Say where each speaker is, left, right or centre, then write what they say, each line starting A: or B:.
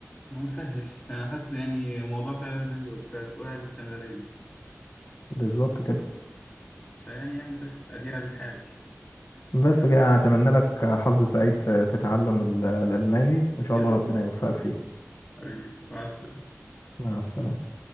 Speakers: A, on the left; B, on the left.
A: يا مسهل انا حاسس يعني موضوع فعلا زي ما قلت- بتقول عايز استمراريه
B: بالظبط كده
A: فيعني يا مسهل ادينا بنحاول
B: بس كده انا اتمنى لك حظ سعيد في في تعلم ال- الالماني وان شاء
A: يا
B: الله
A: رب
B: ربنا يوفقك فيه
A: حبيبي مع السلامة
B: مع السلامة